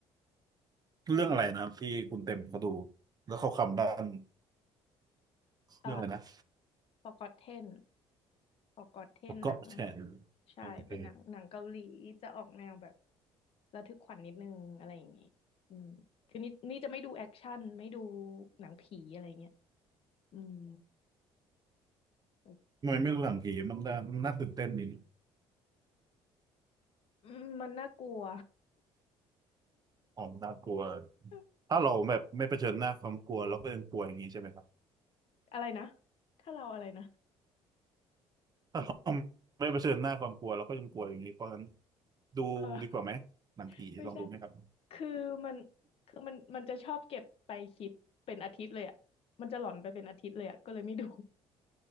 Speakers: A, on the right (about 35°); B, on the left (about 60°).
A: <coughs>
B: ประมาณ
A: เรื่องอะไรนะที่คุณเต็มเขาดูแล้วเขาคำด้าน
B: เอ่อ
A: เรื่องอะไรนะ
B: Forgotten Forgotten
A: เกาะแฉะ
B: หนังใช่เป็นหนังหนังเกาหลีจะออกแนวแบบ
A: โอเค
B: ระทึกขวัญนิดนึงอะไรอย่างงี้อืมคือนี่นี่จะไม่ดูแอคชั่นไม่ดูหนังผีอะไรเงี้ยอืมโอ
A: ทำไมไม่ดูหนังผีมันน่ามันน่าตื่นเต้นดี
B: เคอืมมันน่ากลัว
A: อ๋อมันน่ากลัว
B: <laughs>
A: ถ้าเราแบบไม่เผชิญหน้าความกลัวเราก็ยังกลัวอย่างนี้ใช่ไหมครับ
B: อะไรนะถ้าเราอะไรนะ
A: ถ้าเราไม่เผชิญหน้าความกลัวเราก็ยังกลัวอย่างนี้เพราะฉะนั้นดูดีกว่าไหมหนังผีลองดูไหมครับ
B: เออไม่ใช่ คือมันคือมันมันจะชอบเก็บไปคิดเป็นอาทิตย์เลยอ่ะมันจะหลอนไปเป็นอาทิตย์เลยอ่ะก็เลยไม่ดู